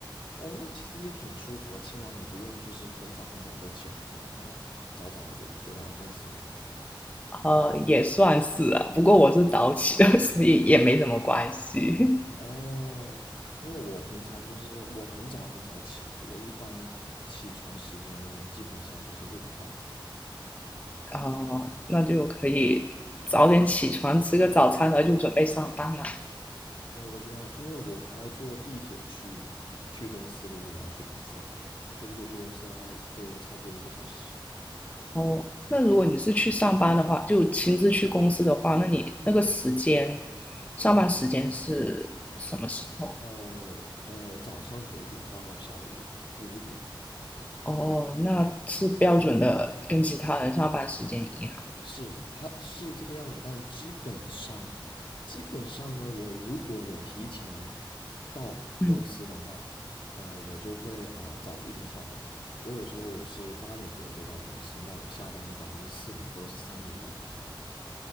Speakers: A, on the left; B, on the left.
A: 哦，那其实也挺舒服的起码你不用就是很早很早就起来，然后早早的就就到公司里面去。
B: 呃，也算是啊，不过我是早起的，<laughs> 所以也没什么关系。
A: 哦，因为我平常就是我很早很早起的，我一般起床时间基本上就是六点半。
B: <laughs> 啊、那就可以早点起床，吃个早餐，然后就准备上班了。
A: 对啊，我基本上因为我还要坐地铁去去公司，如果我要去公司的话，坐地铁去公司的话，要坐差不多一个小时。
B: 哦，那如果你是去上班的话，就亲自去公司的话，那你那个时间，上班时间是什么时候？
A: 呃呃，早上九点到下午五点，
B: 哦，那是标准的，跟其他人上班时间一样。
A: 是，它是这个样子，但基本上，基本上呢，我如果有提前到公司的话，
B: 嗯，
A: 啊、我就会啊、早一点下班。我有时候是八点多就到公司，那我下班一般都是四点或者是三点多我就下班。